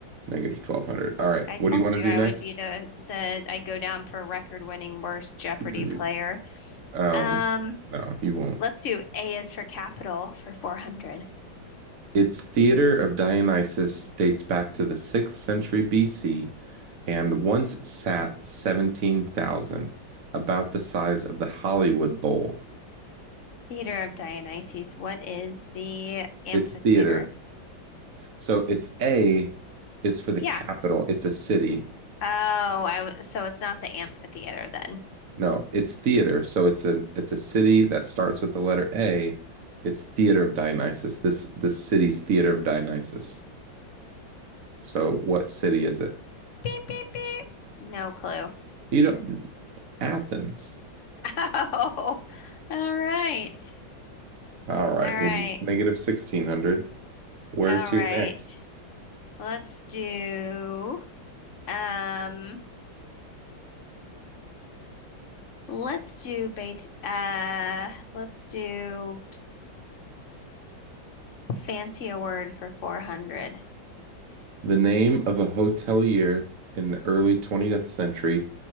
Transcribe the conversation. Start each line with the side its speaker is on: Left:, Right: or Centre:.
Right: negative 1200. All right.
Left: I
Right: What
Left: told
Right: do you want
Left: you
Right: to
Left: I
Right: do next?
Left: would be the the I go down for record-winning worst Jeopardy
Right: <clears throat>
Left: player.
Right: Um,
Left: Um,
Right: no, you won't.
Left: let's do A is for capital for 400.
Right: Its theater of Dionysus dates back to the 6th century BC and once sat 17,000, about the size of the Hollywood Bowl.
Left: Theater of Dionysus. What is the amphitheater?
Right: Its theater So it's A is for the
Left: Yeah.
Right: capital. It's a city.
Left: Oh, I w so it's not the amphitheater then.
Right: No, it's theater. So it's a it's a city that starts with the letter A. It's Theater of Dionysus. This this city's Theater of Dionysus. So what city is it?
Left: Beep, beep, beep. No clue.
Right: You don't Athens.
Left: <laughs> Oh, all right.
Right: All right,
Left: All right.
Right: you're negative 1600. Where
Left: All
Right: to
Left: right.
Right: next?
Left: Let's do um let's do bait uh let's do fancy a word for 400.
Right: The name of a hotelier in the early 20th century